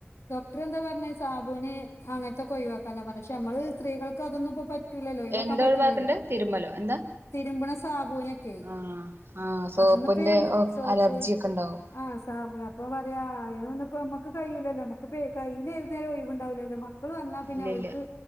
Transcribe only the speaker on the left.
ഡോക്ടറർ എന്താ പർണെ സാബൂന് അങ്ങൻത്തൊക്കെ ഒഴിവാക്കാനാ പർണെ പക്ഷെ അമ്മെൾ സ്ത്രീകൾക്ക് അതൊന്നും ഇപ്പ പറ്റ് റ്റൂലല്ലോ ഒഴ്‌വാക്കാൻ
പറ്റൂലല്ലോ?
തിര്മ്പ്ണ സാബൂനൊക്കെയ്
അതൊന്നും ഇപ്പ ഞമ്മെ സോപ്പ്
ആഹ് സാമ്പൂന് അപ്പ പറിയാ ആഹ് അയിന് ഒന്നും ഇപ്പ ഞമ്മെക്ക് കയ്യുല്ലല്ലോ അമ്മെക്ക് ഇപ്പ ഏഹ് കയ്യിൽ ഏത് നേരും ഒഴിവ് ഇണ്ടാവ്‌ലല്ലോ മ ക്കൾ വന്നാ പിന്നെ
ഓൽക്ക്